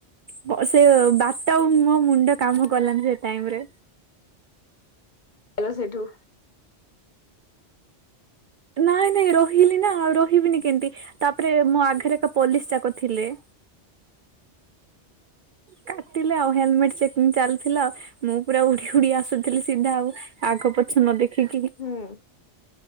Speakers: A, on the right (about 60°); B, on the left (about 45°).
A: ପ ସେ ବାଟ ଆଉ ମୋ ମୁଣ୍ଡ କାମ କଲାନି ସେ ଟାଇମ୍ ରେ।
B: ଏଲା ସେଠୁ
A: ନାଇଁ ନାଇଁ ରହିଲି ନା ଆଉ ରହିବିନି କେମ୍ତି ତା ତାପ୍ରେ ମୋ ଆଘେରେ ତ ପୋଲିସ ଯାକ ଥିଲେ। କାଟିଲେ ଆଉ ହେଲମେଣ୍ଟ ଚେକିଂ ଚାଲିଥିଲା ଆଉ ମୁଁ ପୁରା ଉଡି ଉଡି ଆସୁ ଥିଲି ସିଧା ଆଉ, ଆଗ ପଛ ନ ଦେଖିକି।
B: ହୁଁ